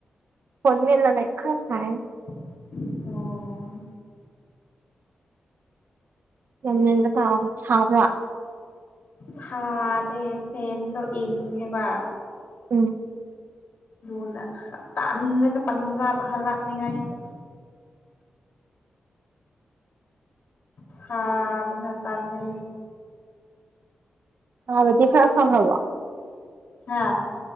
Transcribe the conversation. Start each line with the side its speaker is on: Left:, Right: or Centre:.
Right: ꯐꯣꯟꯃꯦꯠꯂ ꯂꯩ ꯈꯔ ꯁꯥꯌꯦ
Left: ꯑꯣ
Right: ꯒ꯭ꯌꯥꯟꯃꯦꯟꯒ ꯇꯥꯗꯦ ꯁꯥꯕ꯭ꯔꯥ
Left: ꯁꯥꯗꯦ ꯐꯦꯟꯗꯣ ꯏꯪꯉꯦꯕ
Right: ꯎꯝ
Left: ꯗꯨꯅ ꯇꯥꯟꯂꯦꯗ ꯄꯟꯖꯥꯕ ꯍꯂꯛꯅꯤꯉꯥꯏꯁꯦ ꯁꯥꯕꯅ ꯇꯥꯟꯅꯦ
Right: ꯁꯥꯕꯗꯤ ꯈꯔ ꯐꯪꯉꯕꯣ
Left: ꯍꯥ